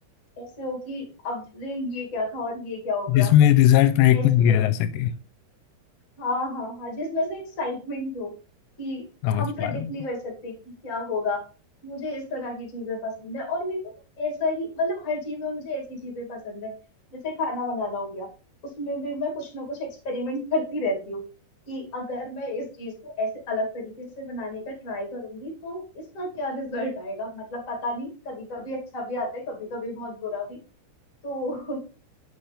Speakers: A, on the left (about 25°); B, on the left (about 85°).
A: ऐसे हो कि अब रे ये क्या था और ये क्या हो गया
B: जिसमें रिजल्ट प्रेडिक्ट
A: ऐसे
B: नहीं किया जा सके
A: हाँ हाँ हाँ जिसमें से एक्साइटमेंट हो कि
B: समझ
A: हम प्रेडिक्ट
B: पा रहा
A: नहीं कर सकते कि क्या होगा मुझे इस तरह की चीजें पसंद है और मेरे को ना ऐसा ही मतलब हर चीज में मुझे ऐसी चीजें पसंद है जैसे खाना बनाना हो गया उसमें भी मैं कुछ ना कुछ एक्सपेरिमेंट <laughs> करती रहती हूँ कि अगर मैं इस चीज को ऐसे अलग तरीके से बनाने का ट्राई करूंगी तो इसका क्या रिजल्ट आएगा मतलब पता नहीं कभी कभी अच्छा भी आता है कभी कभी बहुत बुरा भी तो <laughs>